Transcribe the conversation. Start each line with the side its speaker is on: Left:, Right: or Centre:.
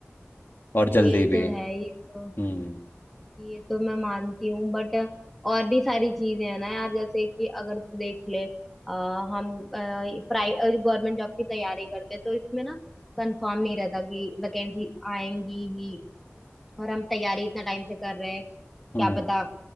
Left: और
Centre: ये
Left: जल्दी भी
Centre: तो है ये तो
Left: हम्म
Centre: ये तो मैं मानती हूँ बट और भी सारी चीजें हैं ना यार जैसे कि अगर तू देख ले अ, हम प्राइवेट गवर्नमेंट जॉब की तैयारी करते हैं तो इसमें ना कंफर्म नहीं रहता कि वैकेंसी आएंगी ही और हम तैयारी इतना टाइम से कर रहे हैं क्या
Left: हम्म
Centre: पता